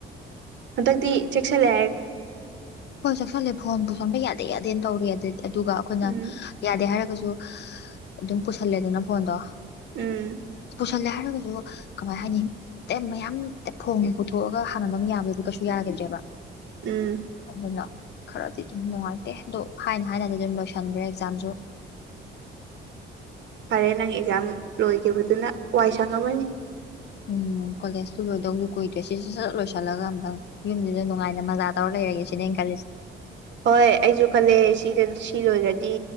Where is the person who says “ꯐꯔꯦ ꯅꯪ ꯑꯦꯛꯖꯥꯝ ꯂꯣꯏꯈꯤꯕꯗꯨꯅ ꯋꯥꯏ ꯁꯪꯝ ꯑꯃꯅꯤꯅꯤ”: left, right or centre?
Right